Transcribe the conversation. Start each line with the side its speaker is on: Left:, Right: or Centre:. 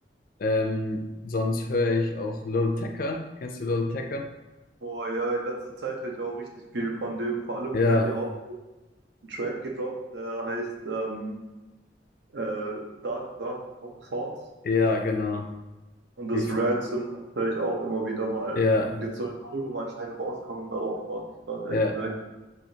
Left: ähm, sonst höre ich auch Lil Tecca. Kennst du Lil Tecca?
Right: Boah, ja, in letzter Zeit höre ich auch richtig viel von dem. Vor allem,
Left: Ja,
Right: der hat ja auch einen Track gedroppt, der heißt ähm, äh, Dark, Dark Thoughts.
Left: ja, genau.
Right: Und das
Left: Wie, f-
Right: Ransom, das höre ich auch immer wieder mal.
Left: ja,
Right: Und jetzt soll ein Album anscheinend rauskommen, darauf warte ich gerade,
Left: ja.
Right: ehrlich gesagt.